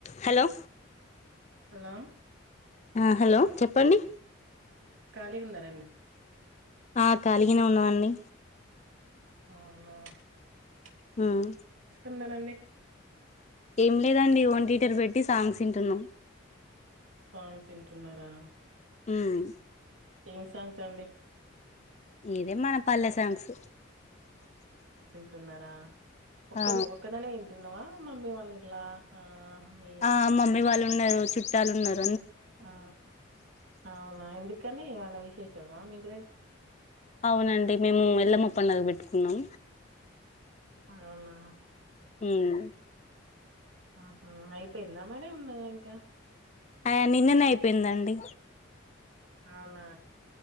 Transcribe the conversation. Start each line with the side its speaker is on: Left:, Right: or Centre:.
Left: Hello
Right: hello
Left: ఆ hello చెప్పండి
Right: ఖాళీగా ఉన్నారండి
Left: ఆ కాలిగనే ఉన్నావండి
Right: అవున
Left: ఉమ్
Right: ఉన్నారండి
Left: ఏం లేదండి ఒన్ టీ తెరు పెట్టి సాంగ్స్ ఇంటున్నాం
Right: సాంగ్స్ ఇంటున్నారా
Left: ఉమ్
Right: ఏం సాంగ్స్ అండి
Left: ఇదే మన పల్లె సాంగ్స్
Right: తిన్నారా ఒక్క
Left: ఆ
Right: నే ఒక్కదానివే ఇంటున్నావా మమ్మీ వాళ్ ఇట్లా ఆ మీ
Left: ఆ మమ్మీ వాళ్ళు ఉన్నరు చుట్టాలు ఉన్నరు
Right: ఆ అవునా ఎందుక్ కానీ ఏమన్నా విశేషమా మీక్
Left: అవునండి మేము వెళ్ళ ము పండగ వెట్టుకున్నాం
Right: అవునా
Left: ఉమ్
Right: ఆహా అయిపోయిందామరీ ఉన్నదా ఇంకా
Left: ఆయ నిన్ననే అయిపోయిందండి
Right: అవునా